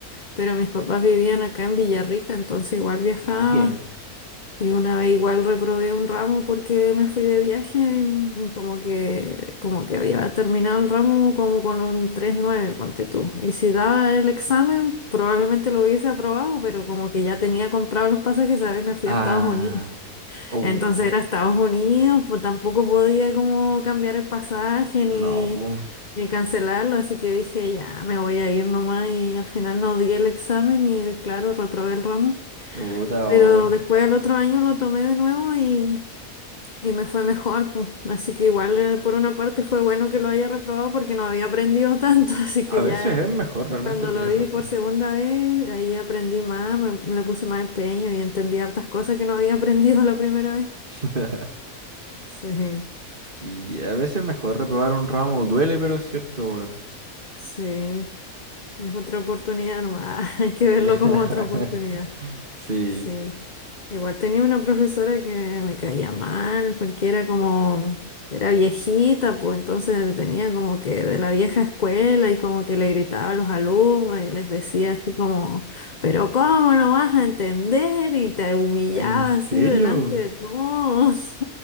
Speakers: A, on the left; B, on the right.
A: pero mis papás vivían acá en Villarrica, entonces igual viajaba.
B: Pique.
A: Y una vez igual reprobé un ramo porque me fui de viaje y y como que, como que había terminado el ramo como con un tres punto nueve ponte tú. Y si daba el examen, probablemente lo hubiese aprobado, pero como que ya tenía comprado los pasajes, ¿sabes? Me fui
B: Ah,
A: a Estados Unidos.
B: oh,
A: Entonces era Estados Unidos, pues tampoco podía como cambiar el pasaje ni,
B: no, pum,
A: ni cancelarlo, así que dije, ya, me voy a ir nomás y al final no di el examen y claro, reprobé el ramo.
B: puta,
A: Pero
B: oh.
A: después el otro año lo tomé de nuevo y, y me fue mejor. pues. Así que igual eh, por una parte fue bueno que lo haya reprobado porque no había aprendido tanto. <laughs> Así
B: A
A: que
B: veces
A: ya
B: es mejor realmente
A: cuando
B: tener
A: lo di
B: razón.
A: por segunda vez, ahí aprendí más, me- le puse más empeño y entendí hartas cosas que no había <laughs> aprendido la primera vez.
B: <laughs>
A: Sí,
B: Sí, a veces mejor reprobar un ramo. Duele, pero es cierto, weón.
A: sí, es otra oportunidad nomás. <laughs> Hay que verlo
B: <laughs>
A: como otra oportunidad.
B: Sí.
A: Sí. Igual tenía una profesora que me caía mal porque era como, era viejita, pues entonces tenía como que de la vieja escuela y como que le gritaba a los alumnos y les decía así como, pero ¿cómo no vas a entender? Y te humillaba
B: ¿En serio?
A: así delante de todos.